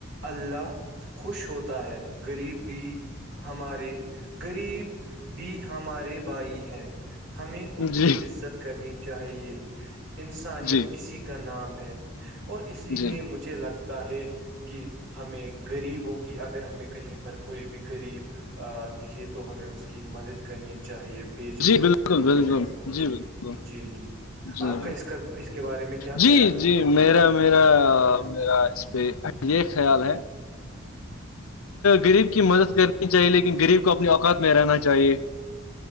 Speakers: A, on the right (about 60°); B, on the left (about 85°).
A: اللہ خوش ہوتا ہے غریب بھی ہمارے غریب بھی ہمارے بھائی ہیں ہمیں ان کی
B: جی
A: عزت کرنی چاہیے انسانیت
B: جی
A: اسی کا نام ہے اور اس لیے
B: جی
A: مجھے لگتا ہے کہ ہمیں غریبوں کی اگر ہمیں کہیں پر کوئی بھی غریب دکھے تو ہمیں اس کی مدد کرنی چاہیے بے جھجک
B: جی بالکل بالکل
A: بنا سوچ
B: جی
A: ہی
B: بالکل
A: جی جی
B: جی
A: آپ کا اس کا اس کے بارے میں کیا
B: جی
A: خیال ہے
B: جی میرا میرا میرا اس پہ یہ خیال ہے غریب کی مدد کرنی چاہیے لیکن غریب کو اپنے اوقات میں رہنا چاہیے